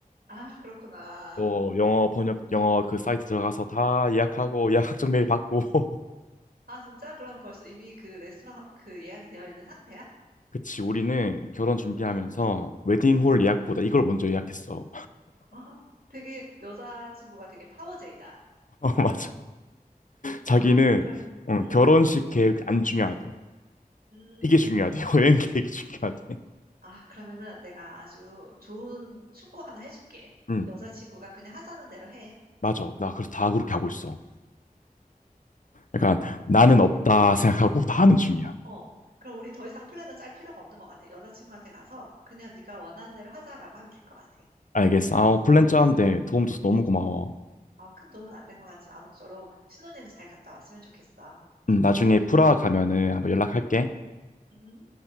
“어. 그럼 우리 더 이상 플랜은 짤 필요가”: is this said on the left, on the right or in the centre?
Right